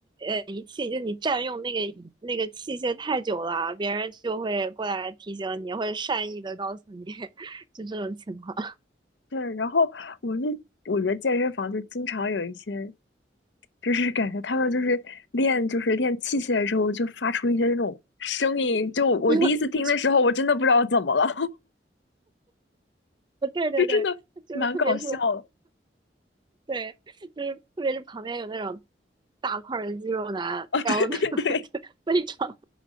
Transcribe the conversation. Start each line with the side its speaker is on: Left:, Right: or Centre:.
Right: 呃仪器，就你占用那个那个器械太久了，别人就会过来提醒你，或者善意的告诉你，<laughs> 就这种情况。
Left: 对。然后我就我觉得健身房就经常有一些，就是感觉他们就是练就是练器械的时候就发出一些那种声音，就我第一次听的时候，
Right: <laughs>
Left: 我真的不知道怎么了，<laughs>
Right: 对对对，
Left: 就真的蛮搞笑的
Right: 就是特别是对，就是特别是旁边有那种大块儿的肌肉男，
Left: 啊！<laughs> 对对对。
Right: 然后他们就非常